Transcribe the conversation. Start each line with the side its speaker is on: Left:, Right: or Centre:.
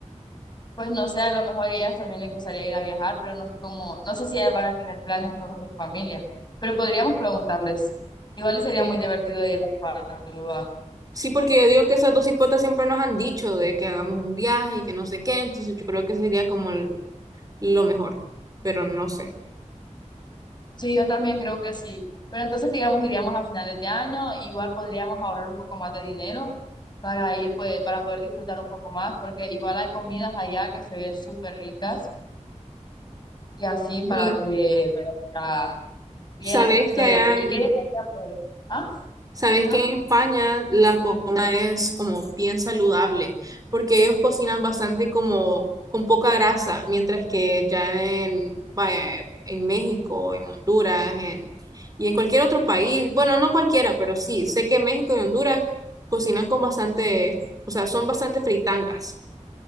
Left: Pues no sé, a lo mejor a ellas también les gustaría ir a viajar, pero no sé cómo, no sé si ellas van a tener planes con su familia, pero podríamos preguntarles. Igual sería
Right: Sí.
Left: muy divertido ir a las cuatro
Right: Sí, porque yo digo que esas dos hipotas siempre nos han dicho de que hagamos un viaje y que no sé qué, entonces yo creo que sería como el- lo mejor, pero no sé.
Left: Sí, yo también creo que sí. Pero entonces, digamos, iríamos a finales de año, igual podríamos ahorrar un poco más de dinero para ir, pues, para poder disfrutar un poco más, porque igual hay comidas allá que se ven súper ricas y así
Right: Y
Left: para que vayas a- viendo
Right: sabes
Left: y
Right: que allá
Left: así. ¿Y
Right: en,
Left: qué llevaría, pues? ¿Ah?
Right: sabes
Left: Ajá.
Right: que en España la comida es como bien saludable, porque ellos cocinan bastante como con poca grasa, mientras que ya en, vaya, en México, en Honduras, en, y en cualquier otro país, bueno, no cualquiera, pero sí, sé que México y Honduras cocinan con bastante, o sea, son bastante fritangas.